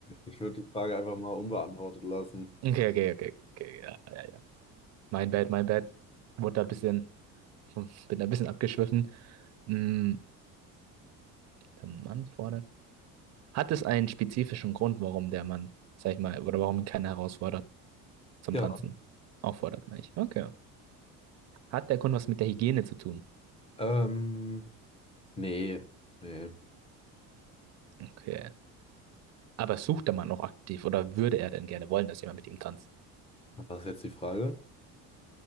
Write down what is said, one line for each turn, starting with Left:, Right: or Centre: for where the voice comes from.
Left: Ich würde die Frage einfach mal unbeantwortet lassen.
Right: Okay, okay, okay, okay, okay, ja, ja, ja. Mein Bad, mein Bad. Wurde da ein bisschen, bin da ein bisschen abgeschwiffen. Mm, der Mann fordert. Hat es einen spezifischen Grund, warum der Mann, sag ich mal, oder warum ihn keiner herausfordert zum
Left: Ja.
Right: Tanzen? Auffordert, meine ich. Okay. Hat der Grund was mit der Hygiene zu tun?
Left: Ähm, nee, nee.
Right: Okay. Aber sucht der Mann auch aktiv oder würde er denn gerne wollen, dass jemand mit ihm tanzt?
Left: Was ist jetzt die Frage?